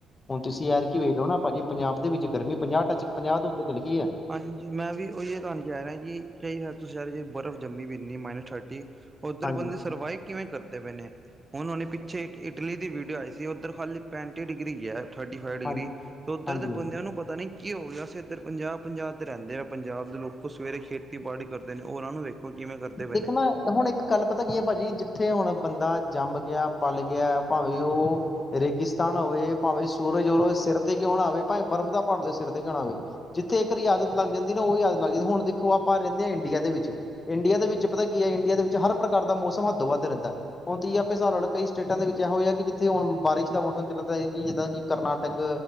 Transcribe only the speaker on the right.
ਹਾਂਜੀ ਮੈਂ ਵੀ ਉਹੀ ਤੁਹਾਣੂ ਕਹਿ ਰਿਹਾ ਕਿ ਕਈ ਵਾਰ ਸ਼ਹਿਰ ' ਬਰਫ਼ ਜੰਮੀ ਵੀ ਇੰਨੀ ਮਾਈਨਸ ਥਰਟੀ, ਉੱਧਰ
ਬੰਦੇ ਸਰਵਾਇਵ ਕਿਵੇਂ ਕਰਦੇ ਪਏ ਨੇ? ਹੁਣ-ਹੁਣੇ ਪਿੱਛੇ ਇਟਲੀ ਦੀ ਵੀਡੀਓ ਆਈ ਸੀ ਉੱਧਰ ਖਾਲੀ ਪੈਂਤੀ ਡਿਗਰੀ ਗਿਆ-ਥਰਟੀ ਫਾਈਵ
ਡਿਗਰੀ ਤੇ ਉੱਧਰ
ਦੇ ਬੰਦਿਆਂ ਨੂੰ ਪਤਾ ਨੀ ਕੀ ਹੋ ਗਿਆ ਅਸੀਂ ਇੱਧਰ ਪੰਜਾ-ਪੰਜਾ ਰਹਿੰਦੇ ਆ ਪੰਜਾਬ ਦੇ ਲੋਕ ਸਵੇਰੇ ਖੇਤੀਬਾੜੀ ਕਰਦੇ ਨੇ ਉਹਨਾਂ ਨੂੰ ਵੇਖ ਓ ਕਿਵੇਂ ਕਰਦੇ ਪਏ
ਨੇ।